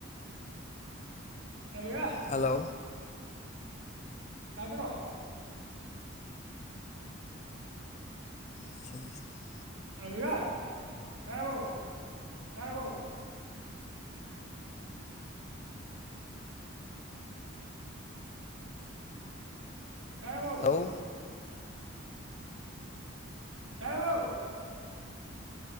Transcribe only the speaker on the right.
<inaudible> ꯔꯟ
ꯇꯥꯗ꯭ꯔꯣ
ꯍꯜꯂꯣ ꯕꯤꯔꯣꯟ ꯇꯥꯔꯕꯣ ꯇꯥꯔꯕꯣ ꯇꯥꯔꯕꯣ
ꯇꯥꯔꯕꯣ